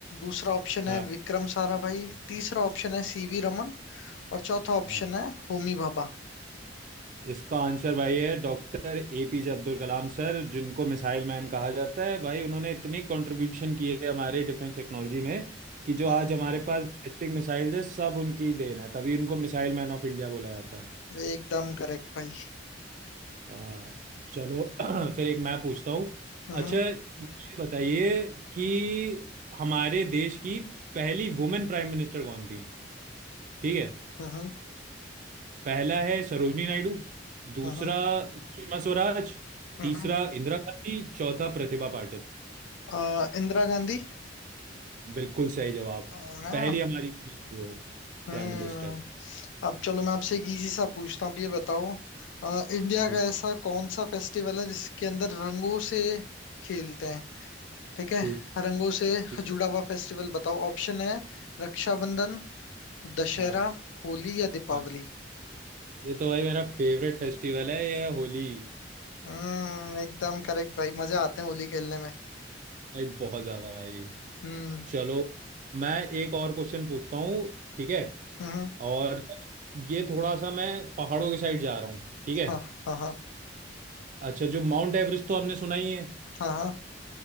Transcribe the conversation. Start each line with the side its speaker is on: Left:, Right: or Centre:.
Left: दूसरा ऑप्शन
Right: हाँ
Left: है विक्रम साराभाई तीसरा ऑप्शन है
Right: हाँ
Left: सीवी रमन और चौथा ऑप्शन
Right: हाँ।
Left: है होमी भाभा
Right: इसका आंसर भाई है doctor APJ Abdul Kalam sir जिनको मिसाइल मैन कहा जाता है भाई उन्होंने इतनी कंट्रीब्यूशन की है हमारे डिफेंस टेक्नोलॉजी में कि जो
Left: हम्म
Right: आज हमारे पास बैलिस्टिक मिसाइल है सब उनकी ही देन है तभी उनको मिसाइल मैन ऑफ इंडिया बोला जाता है
Left: एकदम करेक्ट भाई
Right: आ, चलो <clears throat> फिर एक मैं पूछता हूँ
Left: हम्म
Right: अच्छा ये बताइए कि हमारे देश की पहली वुमेन प्राइम मिनिस्टर कौन थी ठीक है
Left: हम्म हम्म
Right: पहला है सरोजनी नायडू दूसरा
Left: हम्म
Right: सुषमा स्वराज
Left: हम्म।
Right: तीसरा इंदिरा गांधी चौथा
Left: हम्म।
Right: प्रतिभा पाटिल
Left: अ, इंदिरा गांधी
Right: बिल्कुल सही जवाब
Left: अ, ना
Right: पहली हमारी <laughs> वो
Left: हम्म
Right: प्राइम मिनिस्टर
Left: अब चलो मैं आपसे एक इजी सा पूछता हूँ आप ये बताओ अ, इंडिया
Right: ठीक
Left: का ऐसा कौन सा फेस्टिवल है जिसके अंदर रंगों से खेलते हैं ठीक है
Right: ठीक
Left: रंगों से
Right: ठीक।
Left: जुड़ा हुआ फेस्टिवल बताओ ऑप्शन है रक्षाबंधन दशहरा
Right: हाँ
Left: होली या दीपावली
Right: हाँ ये तो भाई मेरा फेवरेट फेस्टिवल है ये होली
Left: हम्म एकदम करेक्ट भाई मजे आते हैं होली खेलने में
Right: भाई बहुत ज्यादा भाई
Left: हम्म
Right: चलो मैं एक और क्वेश्चन पूछता हूँ ठीक है
Left: हम्म
Right: और ये थोड़ा सा मैं पहाड़ों के साइड जा रहा हूँ ठीक है
Left: हाँ हाँ हाँ
Right: अच्छा जो माउंट एवरेस्ट तो हमने सुना ही है
Left: हाँ हाँ